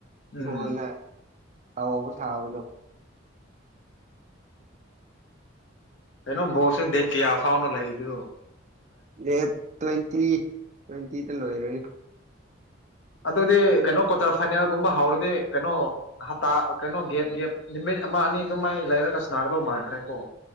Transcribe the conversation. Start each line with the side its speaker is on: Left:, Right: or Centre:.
Right: ꯑꯗꯨꯒꯅꯦ
Left: ꯎꯝ
Right: ꯇꯧꯕ ꯁꯥꯕꯗꯣ
Left: ꯀꯩꯅꯣ ꯕꯣꯜꯁꯦ ꯗꯦꯠ ꯀꯌꯥ ꯐꯥꯎꯅꯣ ꯂꯩꯔꯤꯗꯨꯗꯣ
Right: ꯗꯦꯠ ꯇ꯭ꯋꯦꯟꯇꯤ ꯇ꯭ꯋꯦꯟꯇꯤꯗ ꯂꯣꯏꯔꯅꯤ
Left: ꯑꯗꯨꯗꯤ ꯀꯩꯅꯣ ꯀ꯭ꯋꯥꯇꯔ ꯐꯥꯏꯅꯦꯜꯒꯨꯝꯕ ꯍꯧꯔꯗꯤ ꯀꯩꯅꯣ ꯍꯞꯇꯥ ꯀꯩꯅꯣ ꯒꯦꯞ ꯒꯦꯞ ꯅꯨꯃꯤꯠ ꯑꯃ ꯑꯅꯤ ꯑꯗꯨ ꯃꯥꯏ ꯂꯩꯔꯒ ꯁꯅꯥꯒꯗꯧ ꯃꯥꯟꯈ꯭ꯔꯦ ꯀꯣ